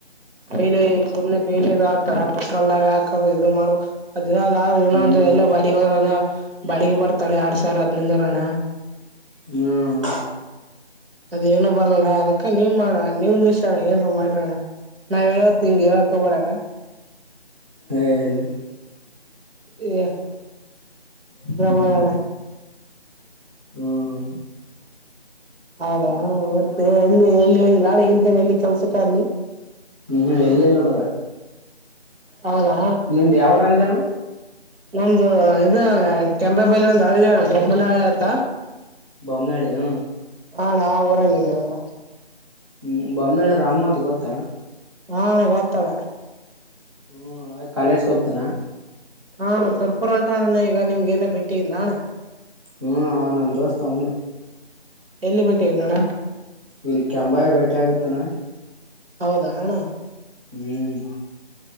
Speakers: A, on the right; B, on the right.
A: ಕೈಲೆ ಸುಮ್ನೆ ಕೈಲಿ ಇದು ಆತರ ಪೆಟ್ರೋಲ್ ಹಾಕ ಇದು ಮಾಡ್. ಅದಿನದ ದಿನಂದ
B: ಹ್ಮ್
A: ಎಲ್ಲ ಬಳಗ್ ಹೋದ ಬಳಗ್ ಬರ್ತಾನೆ ಯಾರ್ಡ್ ಸಾವಿ ಅದ್ಂದರಾನ.
B: ಹ್ಮ್
A: ಅದ ಏನನು ಬರಲಾರ ಅದಕ್ಕ ನೀಮ್ ಮಾಡೋ ನೀವ್ ನಿಷ್ಟಣ ಏನ್ ಮಾಡ್ರಣ್ಣ. ನಾವ್ ಹೇಳೋ ತಿಂಗೆ ಹೇಳಕ್ ಹೋಗಬೇಡ.
B: ಎ ಇಲ್ಲ
A: ಏರ
B: ಹ್ಮ್
A: ಮಾಡಣ.
B: ಹ್ಮ್
A: ಹೌದಾ ಮತ್ತೆ ಎಲ್ಲಿ ಎಲ್ಲಿ ಹೋಗಿಲ್ಲ ನ ಎಲ್ಲಿ ಕೆಲ್ಸಕ್ಕ ಅಲ್ಲಿ.
B: ಹ್ಮ್ ಎಲ್ಲೆಲ್ಲೋಡ್.
A: ಹೌದಾ
B: ನಿಮ್ದ ಯಾವ ರ ಅಂದೇ ಅಣ.
A: ನಮ್ದು ಇದು ಕೆಂಪೆ ಬೈಲು. ಳ ಬನ್ನವ ತ
B: ಬೊಮ್ಮನಳ್ಳಿ ಹ್ಮ
A: ಅಣ ಉರುಳಿಡಿವನಾ.
B: ಹ್ಮ್ ಬೊನಾಳೆ ರಾಮು ಅಂತ ಗೊತ್ತಾ.
A: ಹ ಅಣ ಗೊತ್ತಣ.
B: ಹ್ಮ್ ಕಾಲೇಜ್ಗೆ ಹೋಗ್ತನ.
A: ಹಾ ಸರ್ಪುರ್ ಉಂಟಣ ಈಗ ನಿಮ್ಗ ಏನ ಬೆಟ್ಟಿಗಿಂದಣ್ಣ.
B: ಹ್ಮ್ ನಮ ದೋಸ್ತ್ ಅವನೆ.
A: ಎಲ್ಲಿ ಪಟ್ಟಿನಣ.
B: ಇಲ್ಲಿ ಕೆಂಬಾಯ ಬ ಬೆಟ್ಟೆ ಆಗತ್ತನಾ.
A: ಹೌದಾ ಅಣ್ಣ
B: ಹ್ಮ್